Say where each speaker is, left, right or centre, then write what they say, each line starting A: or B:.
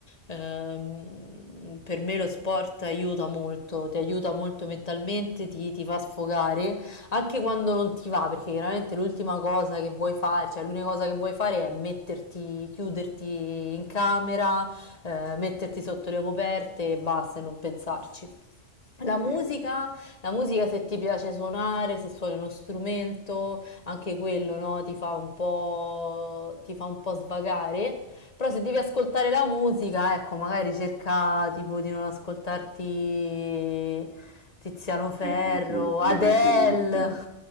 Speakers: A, on the left; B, on the right.
A: ehm, per me lo sport aiuta molto, ti aiuta molto mentalmente, ti, ti fa sfogare anche quando non ti va, perché chiaramente l'ultima cosa che vuoi fare, cioè l'unica cosa che vuoi fare è metterti, chiuderti in camera, eh, metterti sotto le coperte e basta e non pensarci. La
B: capito?
A: musica, la musica se ti piace suonare, se suoni uno strumento, anche quello, no, ti fa un po', ti fa un po' svagare. Però se devi ascoltare la musica, ecco, magari cerca tipo di non ascoltarti Tiziano Ferro,
B: le canzoni, le
A: Adele.
B: canzoni, lunghe,